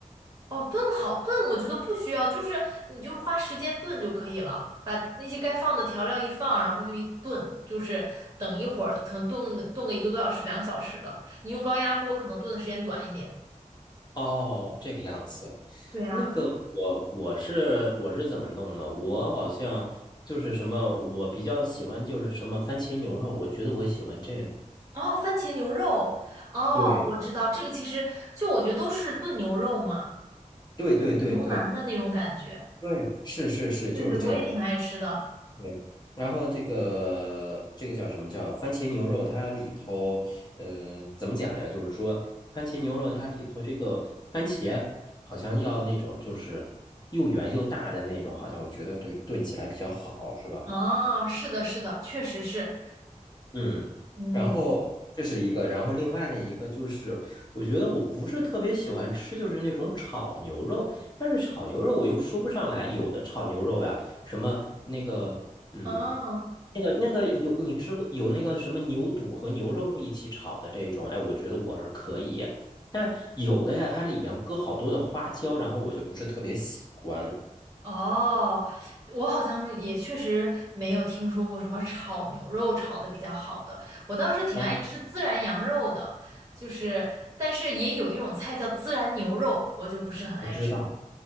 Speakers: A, on the right; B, on the left.
A: 哦，炖好炖，我觉得不需要，就是你就是花时间炖就可以了，把那些该放的调料一放，然后就一炖，就是等一会儿，可能炖炖个一个多小时、两个小时的。你用高压锅可能炖的时间短一点。
B: 哦，这个样子。
A: 对呀。
B: 那个我我是我是怎么弄的？我好像就是什么，我比较喜欢就是什么番茄牛肉，我觉得我喜欢这个。
A: 哦，番茄牛肉，哦，
B: 对
A: 我知道这个，其实就我觉得都是炖牛肉嘛，
B: 对对对对
A: 牛腩的那种感觉。
B: 对，是是是，
A: 对对，
B: 就是这个。
A: 我也挺爱吃的。
B: 对，然后这个这个叫什么叫番茄牛肉？它里头，呃，怎么讲呀？就是说，番茄牛肉它里头这个番茄好像要那种就是又圆又大的那种，好像我觉得对炖起来比较好，是吧？
A: 哦，是的，是的，确实是。
B: 嗯，
A: 嗯，
B: 然后这是一个，然后另外的一个就是，我觉得我不是特别喜欢吃，就是那种炒牛肉，但是炒牛肉我又说不上来，有的炒牛肉呀，什么那个，嗯，
A: 哦。
B: 那个那个有你吃过有那个什么牛肚和牛肉一起炒的这种，哎，我觉得我是可以，但有的呀，它里边搁好多的花椒，然后我就不是特别喜欢。
A: 哦，我好像也确实没有听说过什么炒牛肉炒的比较好的。我倒是挺爱吃孜然羊肉的，
B: 啊，
A: 就是，但是也有一种菜叫孜然牛肉，我就不是很爱吃。
B: 我知道。